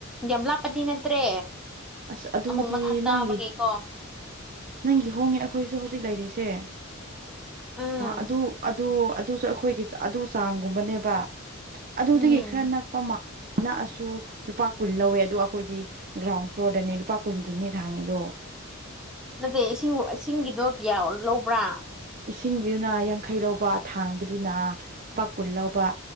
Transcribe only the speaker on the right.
ꯑꯁ ꯑꯗꯨꯗꯤ
ꯅꯪꯒꯤ ꯅꯪꯒꯤ ꯍꯣꯡꯉꯦ ꯑꯩꯈꯣꯏꯁꯨ ꯍꯧꯖꯤꯛ ꯂꯩꯔꯤꯁꯦ
ꯑꯗꯨ ꯑꯗꯨ ꯑꯗꯨꯁꯨ ꯑꯩꯈꯣꯏꯒꯤ ꯑꯗꯨ ꯆꯥꯡꯒꯨꯝꯕꯅꯦꯕ ꯑꯗꯨꯗꯒꯤ
ꯈꯔ ꯅꯛꯄ ꯃꯥꯟ ꯅꯅꯥꯛꯑꯁꯨ ꯂꯨꯄꯥ ꯀꯨꯟ ꯂꯧꯋꯦ ꯑꯗꯣ ꯑꯩꯈꯣꯏꯗꯤ ꯒ꯭ꯔꯥꯎꯟ ꯐ꯭ꯂꯣꯔꯗꯅꯤ ꯂꯨꯄꯥ ꯀꯨꯟ ꯀꯨꯟꯅꯤ ꯊꯥꯡꯉꯤꯗꯣ
ꯏꯁꯤꯡꯗꯨꯅ ꯌꯥꯡꯈꯩ ꯂꯧꯕ ꯑꯊꯥꯡꯕꯗꯨꯅ ꯂꯨꯄꯥ ꯀꯨꯟ ꯂꯧꯕ